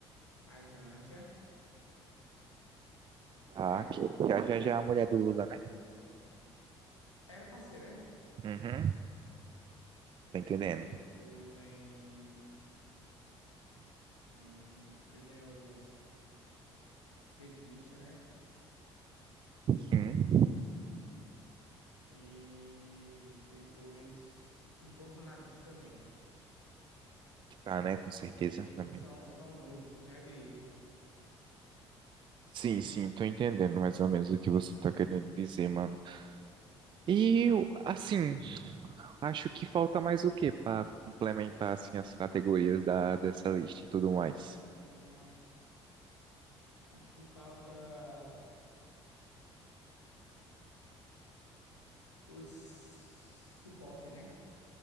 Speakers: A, on the left; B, on the right.
A: a Janja,
B: Ah,
A: né?
B: que, que a Janja é a mulher do Lula, né?
A: Era pra ser, né?
B: Uhum, tô entendendo.
A: Depois vem, hum, depois vem o- os petistas, né?
B: Sim,
A: E depois os bolsonaristas também.
B: que tá, né? Com certeza.
A: E
B: na minha-
A: são, são grupos, né? De,
B: Sim, sim, tô entendendo mais ou menos o que você tá querendo dizer, mano. E, eu, assim, acho que falta mais o quê para complementar, assim, as categorias da, dessa lista e tudo mais?
A: hum, acho que falta. Os suporte, né?